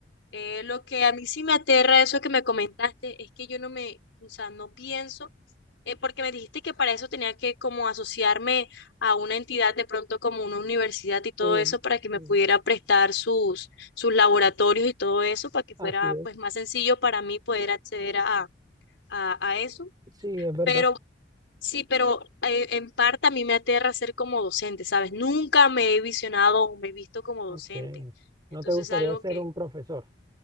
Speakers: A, on the left (about 85°); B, on the right (about 25°).
A: Eh, lo que a mí sí me aterra eso que me comentaste es que yo no me, o sea, no pienso eh, porque me dijiste que para eso tenía que como asociarme a una entidad de pronto como una universidad y todo
B: Sí,
A: eso para que
B: sí,
A: me pudiera prestar sus, sus laboratorios y todo eso para que
B: así
A: fuera
B: es.
A: pues más sencillo para mí poder acceder a, a, a eso.
B: Sí, es verdad.
A: Pero sí, pero eh, en parte a mí me aterra ser como docente, ¿sabes? Nunca me he visionado o me he visto como
B: Ok.
A: docente.
B: ¿No
A: Entonces
B: te gustaría
A: es algo
B: ser
A: que,
B: un profesor?